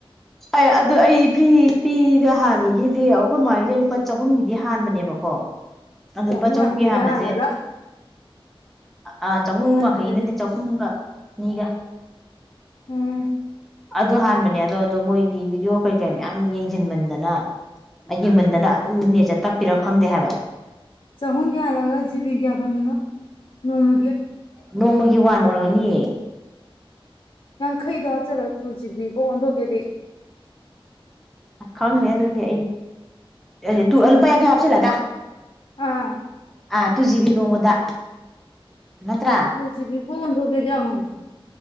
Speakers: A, in the centre; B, on the left.
A: ꯑꯦ ꯑꯗꯨ ꯑꯩ ꯐ꯭ꯔꯤ ꯐ꯭ꯔꯤꯗ ꯍꯥꯟꯕꯒꯤꯗꯤ ꯑꯩꯈꯣꯢ ꯃꯥꯏꯁꯦ ꯆꯍꯨꯝꯒꯤꯗꯤ ꯍꯥꯟꯕꯅꯦꯕꯀꯣ ꯑꯗꯨ
B: ꯆꯍꯨꯝ
A: ꯂꯨꯄꯥ ꯆꯍꯨꯝꯒꯤ
B: ꯌꯥꯡꯈꯩꯒꯤ
A: ꯍꯥꯟꯕꯁꯦ
B: ꯍꯥꯜꯂꯒ
A: ꯑꯥ ꯆꯍꯨꯝ
B: ꯍꯥꯏꯕꯗꯨꯗꯗꯤ
A: ꯋꯥꯡꯈꯩ ꯅꯗꯤ ꯆꯍꯨꯝꯒ ꯅꯤꯒ
B: ꯎꯝ
A: ꯑꯗꯨ ꯍꯥꯟꯕꯅꯦ ꯑꯅꯣꯠ ꯑꯗꯣ ꯃꯣꯏꯗꯤ ꯚꯤꯗꯤꯑꯣ ꯀꯩ ꯀꯩ ꯃꯌꯥꯝ ꯌꯦꯡꯁꯤꯟꯃꯟꯗꯅ ꯑꯩꯒꯤꯃꯟꯗꯅ ꯑꯗꯨꯝ ꯅꯦꯠꯁꯦ ꯇꯞꯄꯤꯔ ꯈꯪꯗꯦ ꯍꯥꯏꯕ
B: ꯆꯍꯨꯝ ꯌꯥꯔꯒ ꯖꯤꯕꯤ ꯀꯌꯥ ꯐꯪ ꯢꯅꯣ ꯅꯣꯡꯃꯒꯤ
A: ꯅꯣꯡꯃꯒꯤ ꯋꯥꯟ ꯑꯣꯏꯔꯝꯒꯅꯤꯌꯦ
B: ꯌꯥꯡꯈꯩꯗꯤ ꯍꯥꯞꯆꯔ ꯇꯨ ꯖꯤꯕꯤ ꯀꯣꯛ ꯑꯣꯟꯊꯣꯛ ꯀꯦꯗꯤ
A: ꯈꯪꯗ꯭ꯔꯦ ꯑꯗꯨꯗꯤ ꯑꯩ ꯂꯨꯄꯥ ꯌꯥꯡꯈꯩ ꯍꯥꯞꯆꯤꯜꯂꯒ
B: ꯑꯥ
A: ꯑꯥ ꯇꯨ ꯖꯤꯕꯤ ꯅꯣꯡꯃꯗ ꯅꯠꯇ꯭ꯔꯥ
B: ꯇꯨ ꯖꯤꯕꯤ ꯀꯣꯛ ꯑꯣꯟꯊꯣꯛꯀꯦꯗꯤ ꯑꯃꯨꯛ